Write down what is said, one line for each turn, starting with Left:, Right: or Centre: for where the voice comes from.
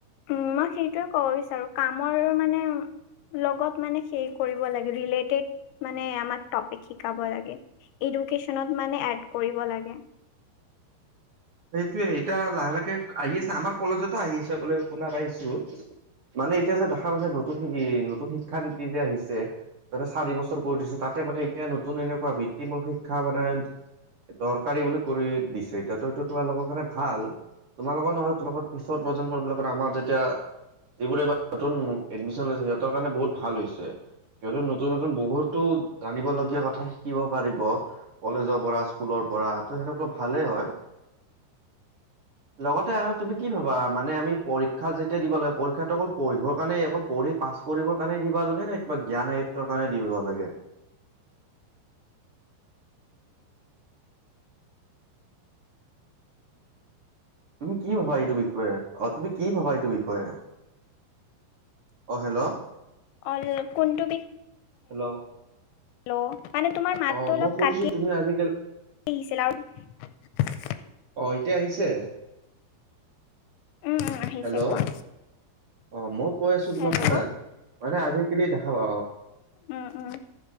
Left: উম মই সেইটোয়ে কব বিচাৰো কামৰ মানে। লগত মানে কৰিব লাগেলেটেড মানে আমাৰ টপিক শিকাব লাগে-। এডোকেচনত মানে এড কৰিব লাগে।
Right: সেইটোয়ে এতিয়া লাহে লাহকে আহি আছে আমাৰ কলেজতো আহি আছে বুলিো শুনা পাইছো। মানে এতিয়া যে দেখা পাইছে নতুন নতুন শিক্ষা নীতি যে আহিছে। চাৰি বছৰ কৰি দিছো তাতে মানে এতিয়া নতুন এনেকুৱা ভিত্তিমূল শিক্ষা মানে-। দৰকাৰী বুলি কৰি দিছে এতিয়াৰ। তোমালোকৰ কাৰণে ভাল তোমালোকৰ নহয় তোমোকৰ পিছৰ প্ৰজন্মবাক আমাৰ যেতিয়া। যিবোৰ এইবাৰ নতুন এডমিশন লৈছে সিহঁতৰ কাৰণে বহুত ভাল হৈছে। সিহ নতুন নতুন বহুতো জানিব লগগীয়া কথা শিকিব পাৰিব কলেজৰ পৰা স্কুলৰ-। পৰা তটো সেনেকুৱা ভালেই হয়।
Left: আ <unintelligible>
Right: লগতে আৰু তুমি কি ভাবা মানে আমি পৰীক্ষা যেতিয়া দিব লাগে পৰীক্ষাটো অকল পঢ়িবৰ কাৰণে অ পঢ়ি পাছ। কৰিবৰ কাৰণে দিবা লাগে নে কিবা জ্ঞান আয়ত্বৰ কাৰণে দিব লাগে।
Left: <unintelligible>
Right: তুমি কি ভাবা এইটো বিষয়ে অ তুমি কি ভাবা এইটো বিষয়ে। অ হেল্ল'।
Left: অ কোনটো বি।
Right: হেল্ল'
Left: হেল্ল' মানে তোমাৰ মাতটো
Right: অ'
Left: অলপ
Right: মই সুধিছো
Left: কাটি
Right: তুমি আজিকালি
Left: আহিছিল আৰু
Right: অ এতিয়া আহিছে।
Left: উম উম আহিছে
Right: হেল্ল'
Left: কোৱা।
Right: অ' মই কৈ আছো তোমাক
Left: হেল্ল'
Right: শুনা মানে আজিকালি দেখা পা
Left: উম উম